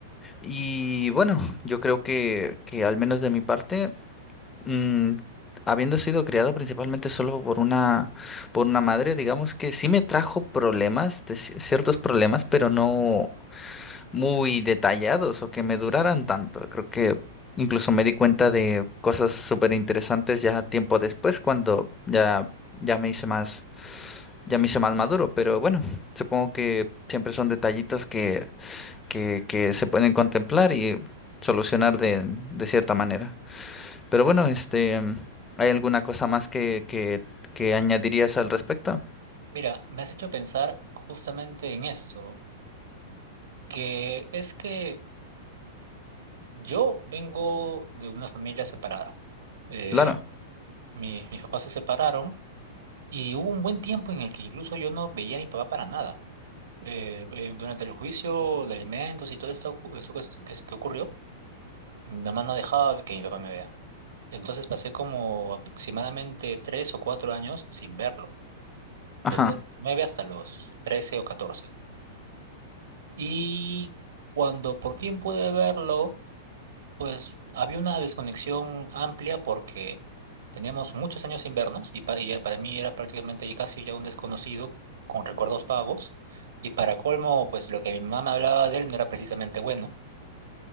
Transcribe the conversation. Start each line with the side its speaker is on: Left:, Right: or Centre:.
Left: Y bueno, yo creo que, que al menos de mi parte. Mm, habiendo sido criado principalmente solo por una, por una madre, digamos que sí me trajo problemas, de ci- ciertos problemas, pero no muy detallados o que me duraran tanto. Creo que incluso me di cuenta de cosas súper interesantes ya tiempo después, cuando ya, ya me hice más, ya me hice más maduro. Pero bueno, supongo que siempre son detallitos que, que, que se pueden contemplar y solucionar de, de cierta manera. Pero bueno, este, ¿hay alguna cosa más que, que, que añadirías al respecto?
Right: Mira, me has hecho pensar justamente en esto, que es que yo vengo de una familia separada. Eh,
Left: Claro.
Right: mi- mis papás se separaron y hubo un buen tiempo en el que incluso yo no veía a mi papá para nada. eh, eh, durante el juicio de alimentos y todo esto, eso que, que que ocurrió, mi mamá no dejaba que mi papá me vea. Entonces pasé como aproximadamente tres o cuatro años sin verlo,
Left: Ajá.
Right: desde los nueve hasta los trece o catorce. Y cuando por fin pude verlo, pues había una desconexión amplia porque teníamos muchos años sin vernos y, pa- y para mí era prácticamente ya casi ya un desconocido con recuerdos vagos. Y para colmo, pues lo que mi mamá me hablaba de él no era precisamente bueno.